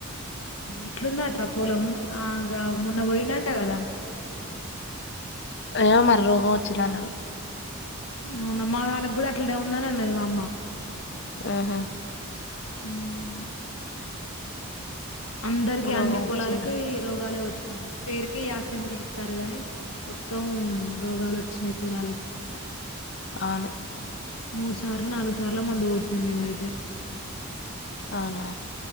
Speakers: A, on the left (about 70°); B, on the left (about 50°).
A: ఎట్లు ఉంది ఆ ట్రా పొలం ఆగా మొన్న పోయిందట కదా
B: అయ్యో మరి రోగం వచ్చింది అన్నారు
A: అవునమ్మా దానికి కూడా అట్లాడే ఉందని అన్నది మా అమ్మ
B: ఆహా
A: మ్మ్ అందరికి
B: రోగం
A: అన్ని పొలాలకి
B: వచ్చిందని
A: రోగాలే వచ్చు పేరుకే యాసంగ చేస్తారు గాని మొత్తం రోగాలు వచ్చినాయి పొలాలకి
B: అవును
A: మూడు సార్లు నాలుగు సార్ల మందు కొట్టి మేముయితే
B: అవునా